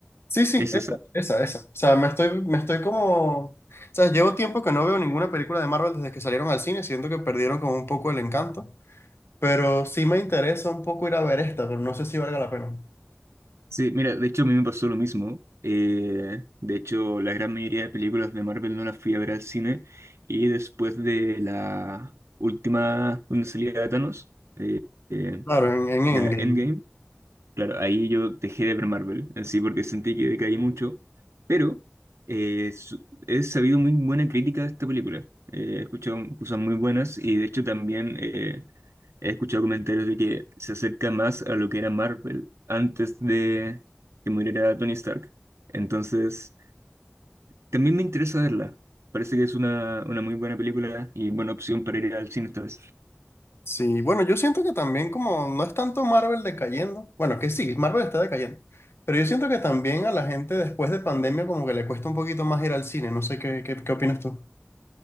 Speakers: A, on the left; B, on the right.
A: Sí, sí,
B: ¿Es
A: esa,
B: esa?
A: esa, esa. O sea, me estoy, me estoy como... sabes, llevo tiempo que no veo ninguna película de Marvel desde que salieron al cine. Siento que perdieron como un poco el encanto. Pero sí me interesa un poco ir a ver esta, pero no sé si valga la pena.
B: Sí, mira, de hecho a mí me pasó lo mismo. Eh, de hecho, la gran mayoría de películas de Marvel no las fui a ver al cine. Y después de la última donde salía Thanos, eh,
A: Claro, en, en Endgame.
B: la Endgame, Claro, ahí yo dejé de ver Marvel, así porque sentí que decaí mucho, pero eh, su- he sabido muy buena crítica de esta película. Eh, he escuchado cosas muy buenas y de hecho también eh, he escuchado comentarios de que se acerca más a lo que era Marvel antes de que muriera Tony Stark. Entonces, también me interesa verla. Parece que es una, una muy buena película y buena opción para ir al cine esta vez.
A: Sí, bueno, yo siento que también como no es tanto Marvel decayendo, bueno, que sí, Marvel está decayendo, pero yo siento que también a la gente después de pandemia como que le cuesta un poquito más ir al cine, no sé qué, qué, qué opinas tú.